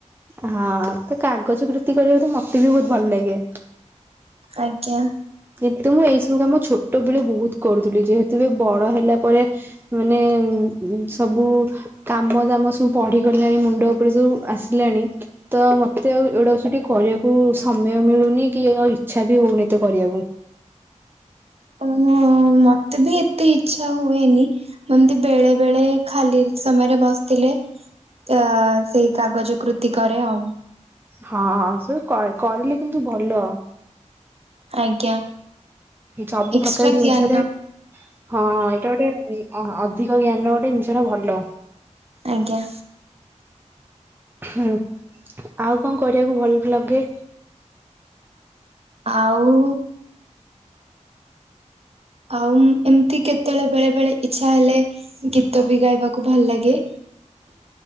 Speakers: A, on the right; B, on the right.
A: ହଁ ତ କାଗଜ କୀତି କରିବାକୁ ତ ମତେ ବି ବହୁତ ଭଲ ଲାଗେ।
B: ଆଜ୍ଞା।
A: କିନ୍ତୁ ମୁଁ ଏଇ ସବୁ କାମ ଛୋଟ ବେଳେ ବହୁତ କରୁଥିଲି ଯେହେତୁ ଏ ବଡ଼ ହେଲା ପରେ ମାନେ ସବୁ କାମ ଦାମ ସବୁ ପଢି଼ଗଲାଣି ମୁଣ୍ଡ ଉପରେ ସବୁ ଆସିଲାଣି। ତ ମତେ ଆଉ ଏଗୁଡ଼ା ସେଠି କରିବାକୁ ସମୟ ମିଳୁନି କି ଆଉ ଇଚ୍ଛା ବି ହଉନି ଏତେ କରିବାକୁ।
B: ଓ ହଁ। ଉ ମତେ ବି ଏତେ ଇଛା ହୁଏନି। ଏମିତି ବେଳେ ବେଳେ ଖାଲି ସମୟରେ ବସିଥିଲେ। ଆ ସେଇ କାଗଜ କୃତି କରେ ଆଉ।
A: ହଁ ସ ସବୁ କରିଲେ କିନ୍ତୁ ଭଲ।
B: ଆଜ୍ଞା।
A: ସବୁ
B: ଏକ୍ସଟ୍ରା
A: ପ୍ରକାର ଜିନିଷଟରେ
B: ଜ୍ଞାନ
A: ହଁ ଏଇଟା ଗୋଟେ ଓ ଅଧିକ ଜ୍ଞାନ ଗୋଟେ ଜିନିଷର ଭଲ।
B: ଆଜ୍ଞା।
A: ହୁଁ ଆଉ କଣ କରିବାକୁ ଭଲ ଲାଗେ?
B: ଆଉ ଆଉ ଏମତି କେତେବେଳେ ବେଳେ ବେଳେ ଇଚ୍ଛା ହେଲେ ଗୀତ ବି ଗାଇବାକୁ ଭଲ ଲାଗେ।